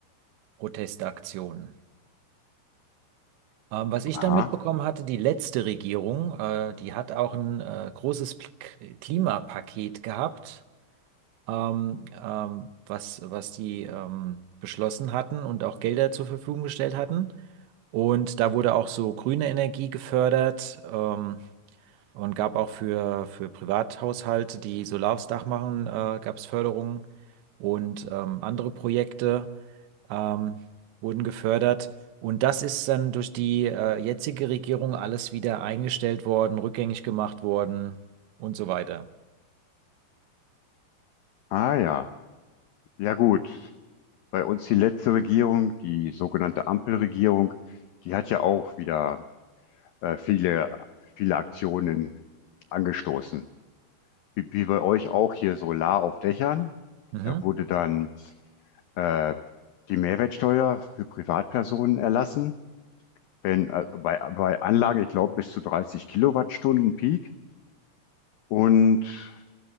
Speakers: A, on the right (about 80°); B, on the left (about 85°).
A: äh, Protestaktionen. Ähm, was ich
B: Aha.
A: dann mitbekommen hatte, die letzte Regierung, äh, die hat auch ein äh, großes P Klimapaket gehabt ähm, ähm, was, was die ähm, beschlossen hatten und auch Gelder zur Verfügung gestellt hatten. Und da wurde auch so grüne Energie gefördert ähm, und gab auch für, für Privathaushalte, die Solar aufs Dach machen, äh, gab es Förderungen und ähm, andere Projekte ähm, wurden gefördert. Und das ist dann durch die äh, jetzige Regierung alles wieder eingestellt worden, rückgängig gemacht worden und so weiter.
B: Ah ja. Ja gut. Bei uns die letzte Regierung, die sogenannte Ampelregierung, die hat ja auch wieder äh, viele, viele Aktionen angestoßen. Wie, wie bei euch auch hier Solar auf Dächern.
A: Mhm.
B: Da wurde dann äh, die Mehrwertsteuer für Privatpersonen erlassen, wenn äh, bei, bei Anlagen, ich glaube, bis zu 30 Kilowattstunden Peak und